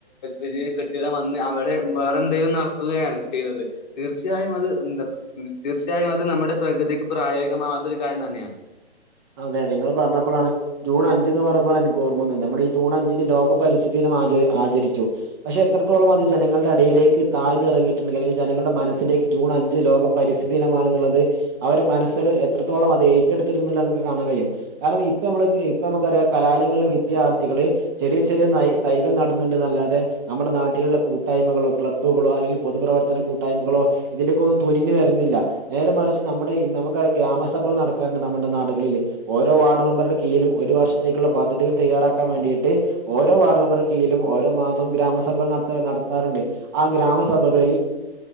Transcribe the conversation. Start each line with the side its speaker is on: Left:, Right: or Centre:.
Left: വലിയ കെട്ടിടം വന്ന് അവിടെ വേറെന്തേലും നടത്തുകയാണ് ചെയ്തത്. തീർച്ചയായും അ ഇതെന്താ തീർച്ചയായും അതുനമ്മുടെ പ്രകൃതിക്കു പ്രായോഗികമാവാത്തൊരുകാര്യം തന്നെയാണ്.
Right: അതെ, നിങ്ങൾ പറഞ്ഞപ്പോളാണ് ജൂൺ അഞ്ചെന്ന് പറയപ്പോൾ എനിക്കോർമ്മ വന്നത്. നമ്മളീജൂൺ അഞ്ചിന് ലോകപരിസ്ഥിതിദിനമാചരി ആചരിച്ചു. പക്ഷേ യെത്രത്തോളം അതുജനങ്ങളുടെ അടിയിലേക്ക് താഴ്ന്നിറങ്ങിയിട്ടുണ്ടല്ലെങ്കിൽ ജനങ്ങളുടെ മനസ്സിലേക്ക് ജൂൺ ജൂണഞ്ച് ലോകപരിസ്ഥി ദിനമാണെന്നുള്ളത്, അവരുടെ മനസിൽ എത്രത്തോളം അതേറ്റെടുത്തിരുന്നില്ലാന്ന്നമുക്ക്, കാണാൻ കഴിയും. കാരണം ഇപ്പ.. നമ്മള് ഇപ്പ, നമുക്കറിയാം കലാലയങ്ങളിലെ വിദ്യാർത്ഥികള് ചെറിയ ചെറിയ തൈ കൾനടന്നുന്നുണ്ടെന്നല്ലാതെ നമ്മുടെ നാട്ടിലുള്ള കൂട്ടായ്മകളോ, ക്ലബ്ബുകളോ, അല്ലെങ്കിൽ പൊതുപ്രവർത്തന കൂട്ടായ്മകളോ.. ഇതിലേക്കൊന്നും തുനിഞ്ഞ് വരുന്നില്ല നേരെ മറിച്ച് നമ്മുടെ ഈ നമുക്ക് ഗ്രാമസഭകള് നടക്കാറുണ്ട് നമ്മുടെ നാടുകളില് ഓരോ വാർഡ് മെമ്പറുടെ കീയിലും ഒരു വർഷത്തേക്കുള്ള പദ്ധതികൾ തയ്യറാക്കാൻ വേണ്ടിട്ട് ഓരോ വാർഡ് മെമ്പറുടെ കീഴിൽ ഓരോ മാസം ഗ്രാമ സഭകൾ നടത്താറുണ്ട് ആ ഗ്രാമ സഭകളിൽ